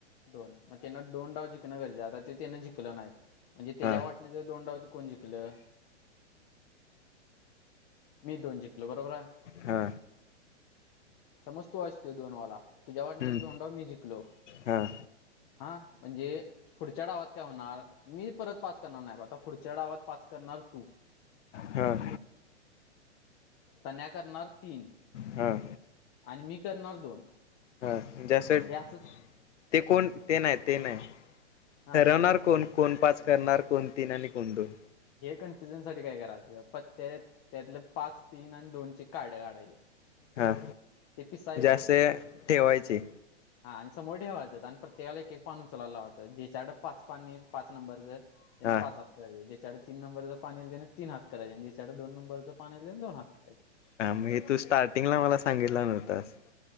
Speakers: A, on the left; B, on the left.
A: दोन मग त्यांना दोन डाव जिकण गरजे आता ते त्यांना जिंकलं नाहीत म्हणजे त्याच्या
B: हां
A: वाटण्याचं दोन डाव कोण जिकली मी दोन जिंलो बरोबर आहे
B: हा
A: समजतो अस त दोनो वाला तुझ्या वाटनेचा
B: हम्म
A: दोंडाव मी जंिकलो
B: हां
A: हा म्हणजे पुढच्या डावात काय होणार मी परत पास करणार नाही आता पुढच्या डावात पास करणार तू
B: हां
A: तण्या करणार तीन
B: हां
A: आणि मी करणार दोन
B: हां जसं
A: हे असंच
B: ते कोण ते नाही ते नाही
A: हा
B: ठरवणार
A: हे
B: कोण कोण पाच करणार कोणती आणि कोण दोन
A: कनफ साठी काय करायचं प त्या त्यातले पाच तीन आणि दोन ची काढ काढायचे
B: हा
A: ते पिसायचे
B: जास्त ठेवायची
A: हा आणि समोर ठेवायचं आणि प्रत्येकाला एक एक पान उचालायला लावायचं ज्याच्याकडे पाच पान येईल पाच नंबरचं तन
B: हा
A: पाच सात करे ज जच्याकडे तीनंबर पाण असले तीन हात कराय आणि ज्याच्याकडे दोन नंबरं पाण येईल त्यानं दोन हात करायचे
B: हा मगे तू स्टार्टिंगला मला सांगितलं नव्हतास